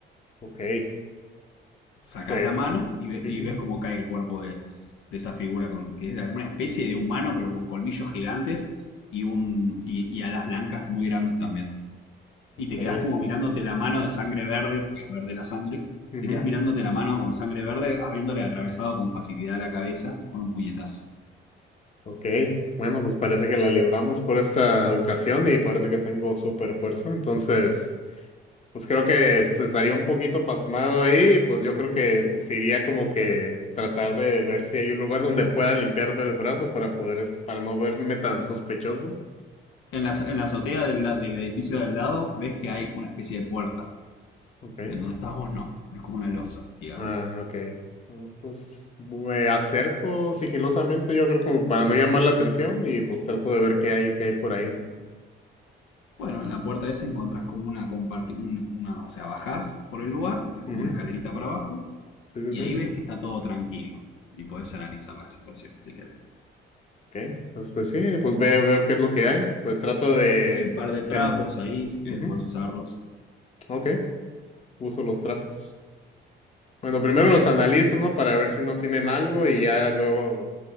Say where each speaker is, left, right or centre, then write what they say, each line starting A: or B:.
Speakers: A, on the left; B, on the left.
A: Ok,
B: sacás
A: pues.
B: la mano y, ve-
A: ujú,
B: y ves cómo cae el cuerpo de, de esa figura, con, que era una especie de humano, pero con colmillos gigantes y, un, y, y alas blancas muy grandes también.
A: Ok,
B: Y te quedás como mirándote la mano de sangre verde, porque es verde la sangre,
A: ujú,
B: te quedás mirándote la mano con sangre verde, habiéndole atravesado con facilidad la cabeza con un puñetazo.
A: ok. Bueno, pues parece que la libramos por esta ocasión y parece que tengo super fuerza. Entonces. Pues creo que esto estaría un poquito pasmado ahí, pues yo creo que pues iría como que tratar de ver si hay un lugar donde pueda limpiarme el brazo para poder, es- para no verme tan sospechoso.
B: En la, en la azotea del, la- del edificio de al lado ves que hay una especie de puerta.
A: okay
B: En donde estás vos no, es como una losa gigante.
A: Ah, okay Bueno, pues me acerco sigilosamente, yo creo como para no llamar la atención y pues trato de ver qué hay, qué hay por ahí, ¿no?
B: Bueno, en la puerta esa encontrás como una comparti- un- una, o sea, bajás por el lugar, que es como
A: Ujú.
B: una escalerita para abajo,
A: Sí, sí,
B: y
A: sí.
B: ahí ves que está todo tranquilo y podés analizar la situación si querés.
A: okay Pues, pues sí, pues veo, veo qué es lo que hay. Pues trato de,
B: Hay un par de trapos
A: de...
B: ahí, si querés
A: ujú.
B: podés usarlos.
A: Ok. Uso los trapos. Bueno, primero
B: Perfecto.
A: los analizo, ¿no? Para ver si no tienen algo y ya luego,